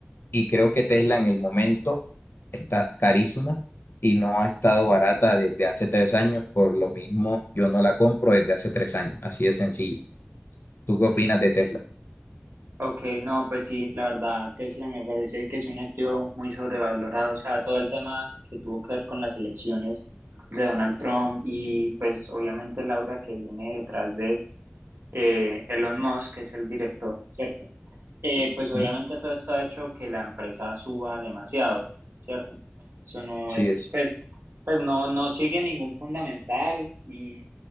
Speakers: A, on the left; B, on the right.
A: y creo que Tesla en el momento está carísima y no ha estado barata desde hace tres años, por lo mismo yo no la compro desde hace tres años, así de sencillo. ¿Tú qué opinas de Tesla?
B: Ok, no, pues sí, la verdad, Tesla me parece que es un activo muy sobrevalorado, o sea, todo el tema que tuvo que ver con las elecciones de Donald Trump y pues obviamente Laura que viene detrás de eh, Elon Musk, que es el director, ¿cierto? Eh, pues obviamente
A: ¿Mm?
B: todo esto ha hecho que la empresa suba demasiado, ¿cierto? Eso no
A: Sí,
B: es,
A: es
B: pues, pues no, no sigue ningún fundamental y